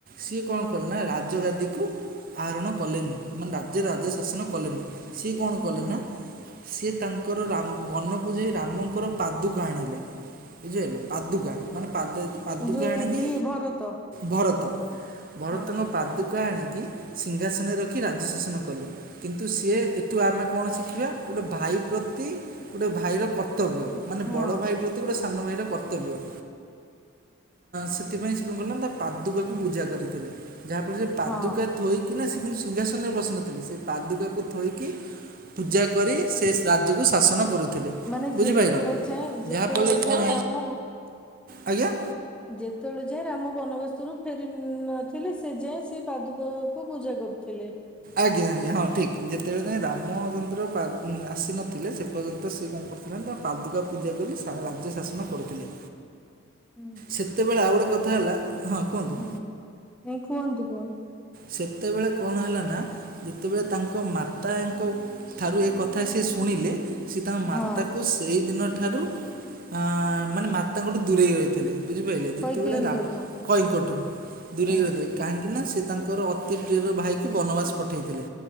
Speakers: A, on the right; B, in the centre.
A: ସିଏ କଣ
B: ହଁ
A: କଲେ ନା ରାଜଗାଦିକୁ ଆହରଣ କଲେନି, ମାନେ ରାଜ୍ୟରେ ରାଜ ଶାସନ କଲେନି। ସିଏ କଣ
B: ହୁଁ
A: କଲେ ନା ସିଏ ତାଙ୍କର ରା ବନକୁ ଯାଇ ରାମଙ୍କର ପାଦୁକ ଆଣିଲେ ବୁଝିିହେଲା। ପାଦୁକା ମାନେ ପା ପାଦୁକା
B: ଯୋଉ
A: ଆଣିକି
B: କିଏ ଭରତ
A: ଭରତ। ଭରତଙ୍କ
B: ହଁ
A: ପାଦୁକା ଆଣିକି ସିଂହାସନରେ ରଖି ରାଜ୍ୟ ଶାସନ କଲେ। କିନ୍ତୁ ସିଏ ଏଠୁ ଆମେ କଣ ଶିଖିବା ଗୋଟେ ଭାଇ ପ୍ରତି ଗୋଟେ ଭାଇର କ କର୍ତ୍ତବ୍ୟ
B: ଉଁ,
A: ମାନେ
B: ହଁ
A: ବଡ଼ ଭାଇ ପ୍ରତି ଗୋଟେ ସାନ ଭାଇର କର୍ତ କର୍ତ୍ତବ୍ୟ ଆଁ ସେଥିପାଇଁ ସେ କଣ କଲେନା ତା ପାଦୁକାକୁ ପୂଜା କରିଥିଲେ। ଯାହାଫଳରେ ସେ ପାଦୁକା
B: ହଁ
A: ଥୋଇକିନା ସେ କିନ୍ତୁ ସିଂହାସନରେ ବସି ନଥିଲେ ସେ ପାଦୁକାକୁ ଥୋଇକି ପୂଜା କରି ସେ ରାଜ୍ୟକୁ ଶାସନ କରୁଥିଲେ।
B: ମାନେ
A: ବୁଝିପାରିଲ
B: ଯେତେବେଳେ ଯାଏଁ ଯେତେବେଳେ
A: ଯାହାଫଳରେ
B: ଯାଏଁ
A: କ'ଣ
B: ରାମ
A: ଆଜ୍ଞା?
B: ଯେତେବେଳେ ଯାଏ ରାମ ବନବାସରୁ ଫେରି ନଥିଲେ ସେ ଯାଏଁ ସେ ପାଦୁକକୁ ପୂଜା କରୁଥିଲେ।
A: ଆଜ୍ଞା ଆଜ୍ଞା ହଁ ଠିକ ଯେତେବେଳେ ଯାଏ ରାମଚନ୍ଦ୍ର ପା ଆସିନଥିଲେ ସେ ପର୍ଯ୍ୟନ୍ତ ସେ କଣ କରୁ ତାଙ୍କ ପାଦୁକା ପୂଜା କରି ରାଜ୍ୟ ଶାସନ କରୁଥିଲେ।
B: ହୁଁ ହୁଁ।
A: ସେତେବେଳେ ଆଉ ଗୋଟେ କଥା ହେଲା, ହଁ କୁହନ୍ତୁ?
B: ହୁଁ ନାଇଁ କୁହନ୍ତୁ କୁହନ୍ତୁ?
A: ସେତେବେଳେ କଣ ହେଲା ନା ଯେତେବେଳେ ତାଙ୍କ ତାଙ୍କ ମାତାଙ୍କ ଠାରୁ ଏ କଥା ସେ ଶୁଣିଲେ ସେ ତାଙ୍କ ମାତା
B: ହଁ
A: ତ ସେଇ ଦିନ ଠାରୁ ଆଁ ମାନେ ମାତାଙ୍କଠୁ ଦୂରେଇ ରହିଥିଲେ। ବୁଝିପାରିଲେ ଯେତେବେଳେ
B: କୈକେୟୀଙ୍କଠୁ
A: ରାମ କଇଙ୍କଠୁ ଦୂରେଇକି
B: ହୁଁ
A: ରହିଥିଲେ କାହିଁକି ନା ସେ ତାଙ୍କ ଙ୍କର ଅତି ପ୍ରିୟର ଭାଇକୁ ବନବାସ ପଠାଇଥିଲେ।